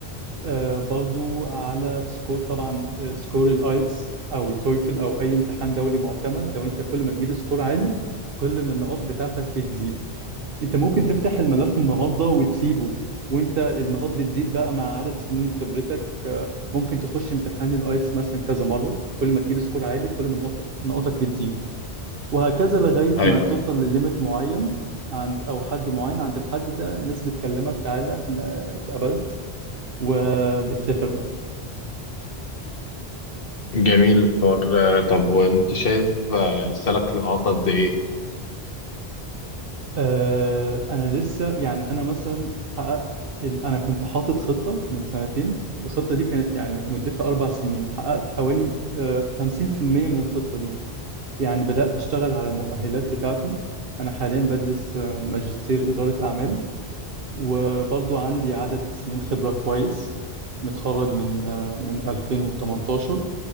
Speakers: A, on the right; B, on the left.
A: آه، برضو على سكور طبعا آه، سكور الايلتس او التويفل او اي امتحان دولي معتمد لو انت كل ما تجيب سكور عالي كل ما النقاط بتاعتك بتزيد انت ممكن تفتح الملف النهارده وتسيبه وانت النقاط بتزيد بقى مع عدد سنين خبرتك آه، ممكن تخش امتحان الايتس مثلا كذا مره كل ما تجيب سكور عالي كل ما نقاط- نقاطك بتزيد وهكذا لغايه
B: ايوه
A: ما توصل
B: أيوة.
A: لليميت معين عند او حد معين عند الحد ده الناس بتكلمك تعالى احنا اتقبلت وبتسافر بقى
B: جميل الحوار آه، طب وانت شايف آه، لسه لك لقاطة قد ايه
A: آه، انا لسه يعني انا مثلا حققت ال... انا كنت حاطط خطه من سنتين الخطه دي كانت يعني مدتها اربع سنين حققت حوالي آه، 50% من الخطه دي يعني بدات اشتغل على المؤهلات بتاعتي انا حاليا بدرس آه، ماجستير اداره اعمال وبرضو عندي عدد سنين خبره كويس متخرج من آه، من 2018